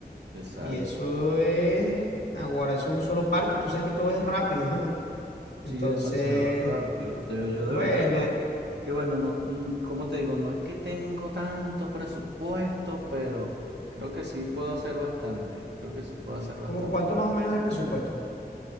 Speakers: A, on the right; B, on the left.
A: Exacto.
B: y eso es, ahora eso es un solo parto y tú sabes que todo es rápido. <laughs> Entonces,
A: Sí, demasiado rápido. De- yo
B: bueno,
A: de verdad que, que bueno, no, mm, como te digo, no es que tengo tanto presupuesto, pero creo que sí puedo hacer bastante. Creo que sí puedo hacer bastante.
B: ¿como cuánto más o menos el presupuesto?